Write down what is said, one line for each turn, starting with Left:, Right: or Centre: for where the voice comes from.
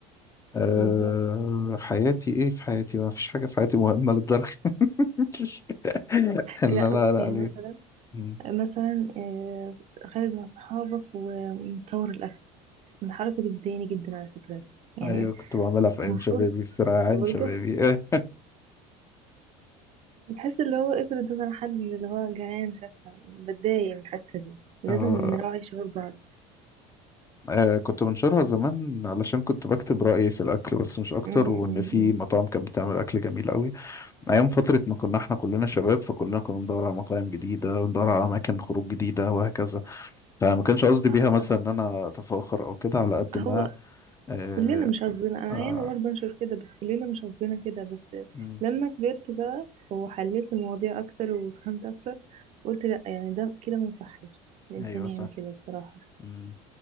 Left: أه
Right: بالظبط
Left: حياتي ايه في حياتي ما فيش حاجة في حياتي مهمة للدرجة <laughs> اللي
Right: لا
Left: انا
Right: بص
Left: قلق
Right: يعني
Left: عليها
Right: مثلا
Left: مم.
Right: مثلا آه، خارج مع صحابك ومتصور الأكل من الحركة دي بتضايقني جدا على فكرة يعني
Left: ايوه كنت بعملها في ايام
Right: المفروض
Left: شبابي في ريعان
Right: برضه
Left: شبابي <laughs> أه.
Right: بتحس اللي هو افرض مثلا حد اللي هو جعان شافها بتضايق من الحتة دي لازم
Left: آه،
Right: نراعي شعور بعض
Left: آه، كنت بنشرها زمان علشان كنت بكتب رأيي في الأكل بس مش أكتر
Right: أمم،
Left: وإن
Right: أمم،
Left: في
Right: أمم.
Left: مطاعم كانت بتعمل أكل جميل قوي أيام فترة ما كنا إحنا كلنا شباب فكلنا كنا بندور على مطاعم جديدة وندور على أماكن خروج جديدة وهكذا فما كانش قصدي
Right: صح
Left: بيها مثلا
Right: صح
Left: إن أنا أتفاخر أو كده على قد
Right: هو
Left: ما آه
Right: كلنا مش قصدنا أنا
Left: آه
Right: أيام برضه أنشر كده بس كلنا مش قصدنا كده بس
Left: مم،
Right: لما كبرت بقى وحليت المواضيع أكتر وفهمت أكتر فقلت لأ يعني ده كده ما يصحش الإنسان
Left: أيوه
Right: يعمل
Left: صح
Right: كده بصراحة
Left: مم.